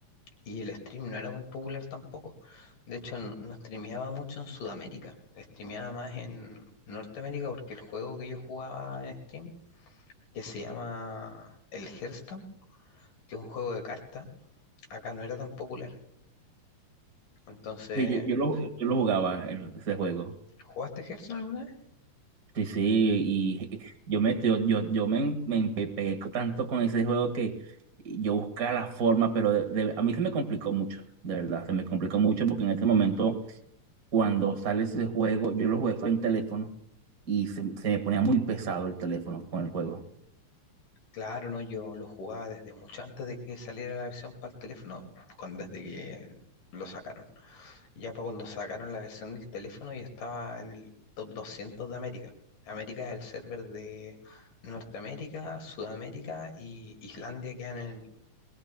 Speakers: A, on the left (about 75°); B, on the right (about 35°).
A: y el stream no era muy popular tampoco. De hecho, n- no streameaba mucho en Sudamérica. Streameaba más en Norteamérica porque el juego que yo jugaba en stream, que se llama el Hearthstone, que es un juego de cartas, acá no era tan popular. Entonces,
B: Sí, yo, yo lo, yo lo jugaba el- ese juego.
A: ¿jugaste Hearthstone alguna vez?
B: Sí, sí, y yo me, yo, yo, yo me, me empe- pegué tanto con ese juego que yo buscaba la forma, pero de- de- a mí se me complicó mucho, de verdad, se me complicó mucho porque en este momento, cuando sale ese juego, yo lo jugué fue en teléfono y se, se me ponía muy pesado el teléfono con el juego.
A: Claro, no, yo lo jugaba desde mucho antes de que saliera la versión para el teléfono, cuando, desde que lo sacaron. Ya para cuando sacaron la versión del teléfono, yo estaba en el top 200 de América. América es el server de Norteamérica, Sudamérica y Islandia quedan en el mismo,